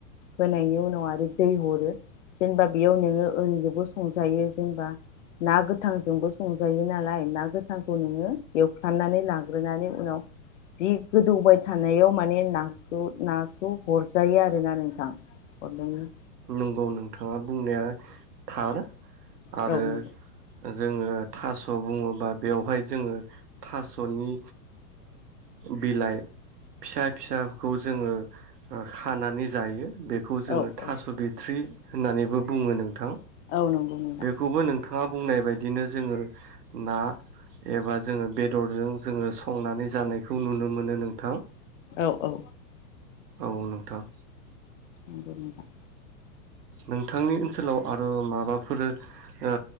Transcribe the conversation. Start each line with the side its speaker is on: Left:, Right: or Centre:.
Left: होनायनि उनाव आरो दै हरो जेनेबा बेयाव नोङो ओरैनोबो संजायो जेनेबा ना गोथांजोंबो संजायो नालाय ना गोथांखौ नोङो एवफ्रामनानै लाग्रोनानै उनाव बि गोदौबाय थानायाव माने नाखौ नाखौ हरजायो आरोना नोंथां हरनायनि
Right: नंगौ नोंथाङा बुंनाया थार आरो
Left: औ नंगौ
Right: जोंङो थास' बुङोबा बेवहाय जोंङो थास'नि बिलाइ फिसा फिसाखौ जोङो खानानै जायो। बेखौ जोंङो
Left: औ
Right: थास
Left: औ
Right: बेथ्रि होननानैबो बुङो नों थां
Left: औ नंगौ नोंथां
Right: बेखौबो नोंथां नोंथाङा बुंनाय बादिनो जोङो ना एबा जोङो बेदरजों जोङो संनानै जानायखौ नुनो मोनो नोंथां।
Left: औ औ
Right: औ नोंथां
Left: नगौ नोंथां
Right: नोंथांनि ओनसोलाव आरो माबाफोर ओ